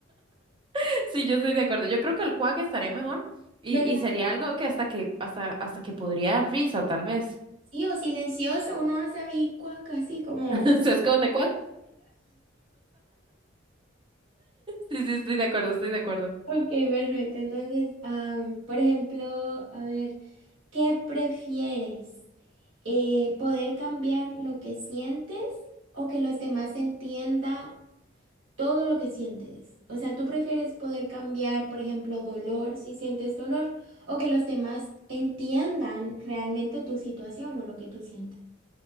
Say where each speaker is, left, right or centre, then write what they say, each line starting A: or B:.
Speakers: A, on the right (about 25°); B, on the right (about 80°).
A: <laughs> sí, yo estoy de acuerdo. Yo creo que el cuac estaría mejor. Y,
B: ¿Verdad?
A: y sería algo que hasta que hasta hasta que podría dar risa, tal vez.
B: Sí, o silencioso. Uno hace ahí cuac así como.
A: <laughs> Se esconde. Sí, sí, estoy de acuerdo, estoy de acuerdo.
B: Ok, perfecto. Entonces, am, por ejemplo, a ver, ¿qué prefieres? Eh, ¿poder cambiar lo que sientes o que los demás entiendan todo lo que sientes? O sea, ¿tú prefieres poder cambiar, por ejemplo, dolor si sientes dolor o que los demás entiendan realmente tu situación o lo que tú sientes?